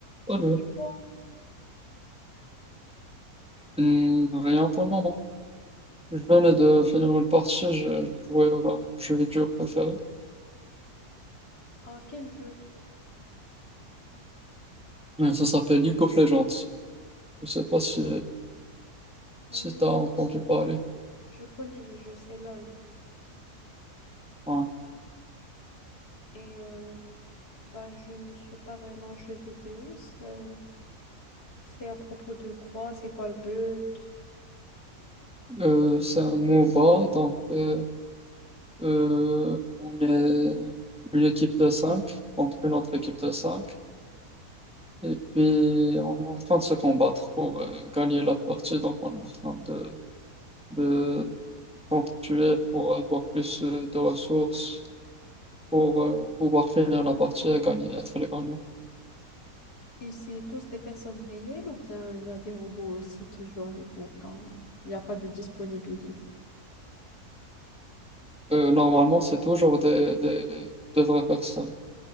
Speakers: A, on the left; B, in the centre.
A: Je
B: Allô,
A: fais quoi?
B: Hum, rien pour le moment. Je venais de finir une partie, j'ai joué à mon jeu vidéo préféré.
A: En quel jeu?
B: Euh, Ça s'appelle League of Legends. Je sais pas si, si
A: Oui,
B: t'as entendu parler.
A: je connais le jeu, c'est LOL.
B: Ouais.
A: Et euh, bah, je ne suis pas vraiment jeu vidéo. C'est euh, c'est à propos de quoi? C'est quoi le but?
B: Euh, c'est un MOBA, donc euh, euh, on est une équipe de 5 contre une autre équipe de cinq Et puis on est en train de se combattre pour euh, gagner la partie, donc on est en train de, de s'entretuer pour avoir plus euh, de ressources pour euh, pouvoir finir la partie et gagner, être le gagnant.
A: Et c'est tous des personnes réelles ou bien il y a des robots aussi qui jouent avec vous quand il n'y a pas de disponibilité?
B: Euh, normalement, c'est toujours des, des, de vraies personnes.